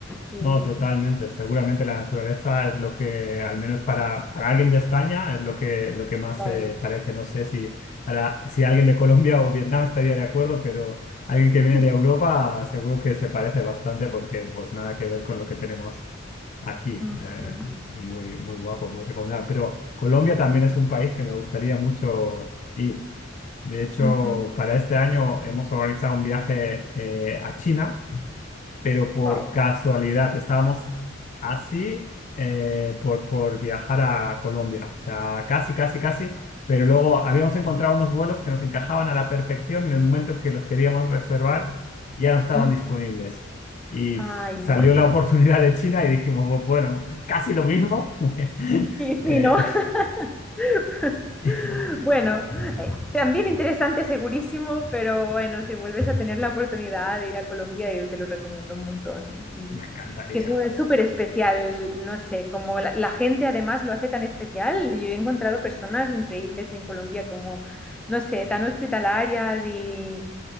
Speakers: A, in the centre; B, on the left (about 40°).
A: Y
B: No, totalmente. Seguramente la naturaleza es lo que, al menos para, para alguien de España, es lo que, lo que más
A: claro.
B: se parece. No sé si, para, si alguien de Colombia o Vietnam estaría de acuerdo, pero alguien que
A: <laughs>
B: viene de Europa seguro que se parece bastante porque pues nada que ver con lo que tenemos aquí.
A: Ujú.
B: Eh, y muy, muy guapo, muy recomendable. Pero Colombia también es un país que me gustaría mucho ir. De hecho,
A: Ujú.
B: para este año hemos organizado un viaje eh, a China pero por
A: Wow.
B: casualidad estábamos así eh, por, por viajar a Colombia, o sea, casi, casi, casi, pero luego habíamos encontrado unos vuelos que nos encajaban a la perfección en el momento que los queríamos reservar, ya no estaban
A: Mm.
B: disponibles. Y
A: Ay,
B: uf, salió
A: no.
B: la oportunidad de China y dijimos, "Bu- bueno, casi lo mismo. <laughs>
A: Sí, sí,
B: Eh,
A: no. <laughs> <laughs>
B: <laughs>
A: Bueno, eh, también interesante, segurísimo, pero bueno, si vuelves a tener la oportunidad de ir a Colombia, yo te lo recomiendo un montón. Mm,
B: me encantaría.
A: que Eso es súper especial, no sé, como la, la gente además lo hace tan especial. Yo he encontrado personas increíbles en Colombia, como, no sé, tan hospitalarias y,